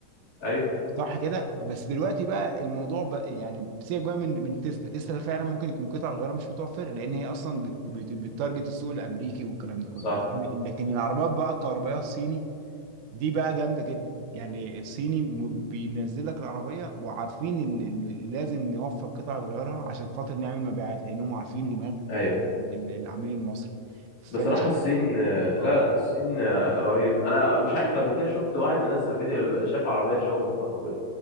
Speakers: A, on the left (about 55°); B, on the right (about 80°).
A: ايوه
B: صح كده بس دلوقتي بقى الموضوع بقى يعني سيبك بقى من من تسلا تسلا فعلا ممكن يكون قطع غيارها مش متوفره لان هي اصلا بت- بت- بتتارجت السوق الامريكي والكلام ده كله
A: صح
B: لكن لكن العربيات بقى الكهربائيه الصيني دي بقى جامده جدا يعني الصيني م- بينزل لك العربيه وعارفين ال- ال- لازم نوفر قطع لغيارها عشان خاطر نعمل مبيعات لانهم عارفين دماغ
A: ايوه
B: ال- العميل المصري فانا
A: بصراحة
B: ش-
A: الصين لا
B: اه
A: لا الصين رهيب أنا مش عارف قبل كده شفت واحد منزل فيديو شاف عربية شاومي كهربائية